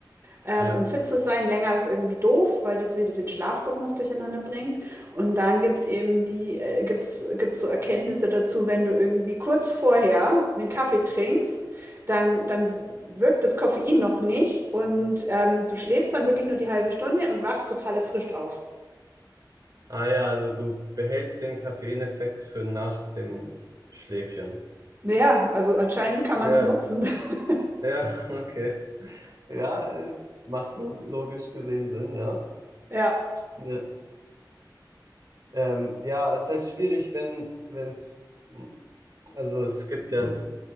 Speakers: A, on the right; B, on the right.
A: Ähm,
B: ja.
A: um fit zu sein, länger ist irgendwie doof, weil das wieder den Schlafrhythmus durcheinander bringt. Und dann gibt's eben die, äh, gibt's, gibt's so Erkenntnisse dazu, wenn du irgendwie kurz vorher einen Kaffee trinkst, dann, dann wirkt das Koffein noch nicht und ähm, du schläfst dann wirklich nur die halbe Stunde und wachst total erfrischt auf.
B: Ah ja, also du behältst den Koffeineffekt für nach dem Schläfchen.
A: Ja, also anscheinend kann man
B: Ja,
A: es nutzen. <laughs>
B: ja, <laughs> okay. Ja, es macht log logisch gesehen Sinn, ja.
A: Ja,
B: Ja. Ähm, ja, es ist halt schwierig, wenn, wenn es, also es gibt ja